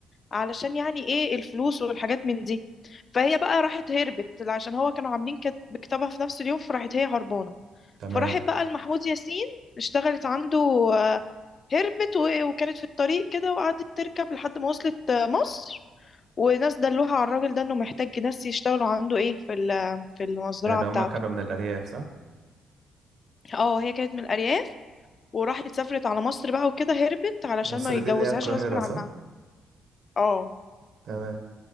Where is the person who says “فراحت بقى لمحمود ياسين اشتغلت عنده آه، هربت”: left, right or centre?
Left